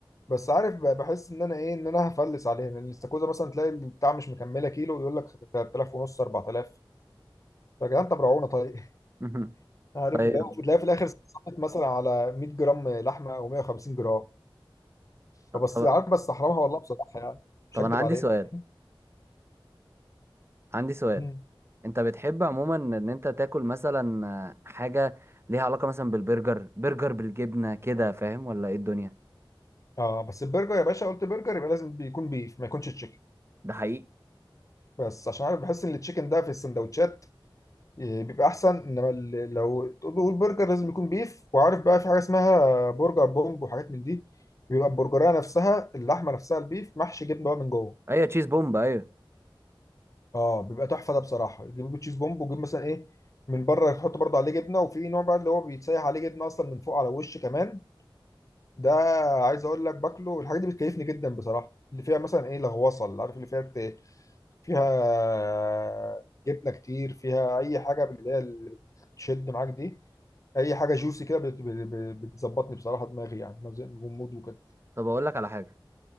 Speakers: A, on the left; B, on the right.
A: بس عارف بقى بحس ان انا ايه ان انا هفلس عليها لان الاستاكوزا مثلا تلاقي البتاع مش مكمله كيلو يقول لك 3000 ونص 4000 فيا جدعان طب روعونا طيب <laughs>
B: <laughs>
A: عارف
B: طيب
A: اللي هو تلاقي في الاخر صفت مثلا على 100 جرام لحمه او 150 جرام فبس
B: طب
A: عارف بس احرمها والله بصراحه يعني مش
B: طب
A: هكدب
B: انا عندي
A: عليك
B: سؤال عندي سؤال
A: مم.
B: انت بتحب عموما ان انت تاكل مثلا آه، حاجة ليها علاقة مثلا بالبرجر برجر بالجبنة كده فاهم ولا ايه الدنيا
A: اه بس البرجر يا باشا قلت برجر يبقى لازم بيكون بيف ما يكونش تشيكن
B: ده حقيقي
A: بس عشان عارف بحس ان التشيكن ده في السندوتشات إيه، بيبقى احسن انما ال- لو تقول برجر لازم يكون بيف وعارف بقى في حاجه اسمها برجر بومب وحاجات من دي بيبقى البرجريه نفسها اللحمه نفسها البيف محشي جبنه بقى من جوه
B: ايوه تشيز بومب ايوه
A: اه بيبقى تحفه ده بصراحه يجيب تشيز بومب ويجيب مثلا ايه من بره يحط برضه عليه جبنه وفي نوع بقى اللي هو بيتسيح عليه جبنه اصلا من فوق على الوش كمان ده عايز اقول لك باكله الحاجات دي بتكيفني جدا بصراحه اللي فيها مثلا ايه لغوصه اللي عارف اللي فيها فيها جبنه كتير فيها اي حاجه من اللي هي اللي بتشد معاك دي اي حاجه جوسي كده بت- بت- بتظبطني بصراحه دماغي يعني غموض وكده
B: طب اقول لك على حاجة